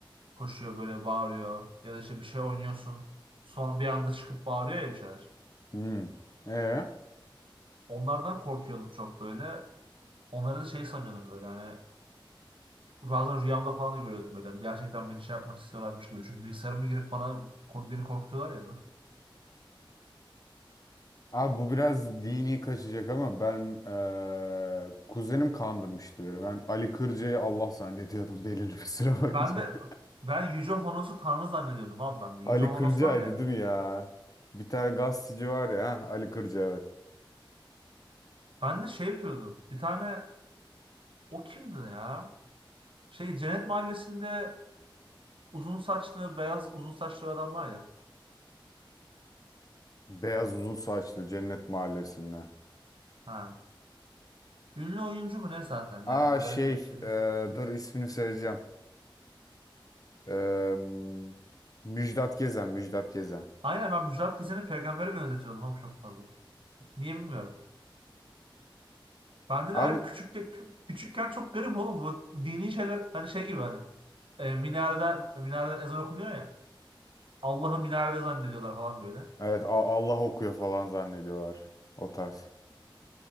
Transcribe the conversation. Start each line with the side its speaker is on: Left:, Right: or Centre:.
Right: Koşuyor böyle bağırıyor. Ya da işte bir şey oynuyorsun. Sonra bir anda çıkıp bağırıyor ya bir şeyler.
Left: Hı. E?
Right: Onlardan korkuyordum çok böyle. Onları da şey sanıyordum böyle hani bazen rüyamda falan görüyordum böyle. Hani gerçekten beni şey yapmak istiyorlarmış gibi. Çünkü bilgisayarıma girip bana beni korkutuyorlar ya.
Left: Abi bu biraz dini kaçacak ama ben eee, kuzenim kandırmıştı beni. Ben Ali Kırca'yı Allah zannediyordum <laughs> belirli bir süre boyunca.
Right: Ben de
Left: <laughs>
Right: ben Yüce Honos'u tanrı zannediyordum abi ben de. Yüce
Left: Ali
Right: Honos
Left: Kırca'ydı
Right: var ya.
Left: değil mi ya? Bir tane gazeteci var ya ha, Ali Kırca evet.
Right: Ben de şey yapıyordum. Bir tane o kimdi ya? Şey Cennet Mahallesi'nde uzun saçlı beyaz uzun saçlı bir adam var ya.
Left: Beyaz uzun saçlı Cennet Mahallesi'nde.
Right: Ha. Ünlü oyuncu mu ne zaten
Left: Aa
Right: yani
Left: şey
Right: garip bir şey.
Left: eee, dur ismini söyleyeceğim. Eee, Müjdat Gezen Müjdat Gezen.
Right: Aynen ben Müjdat Gezen'i peygambere benzetiyordum ama çok fazla. Niye bilmiyorum. Bende
Left: Abi
Right: de her küçük küçükken çok garip oğlum bu dini şeyler hani şey gibi hani e, minareden minareden ezan okunuyor ya. Allah'ı minarede zannediyorlar falan böyle.
Left: evet A- Allah okuyor falan zannediyorlar o tarz.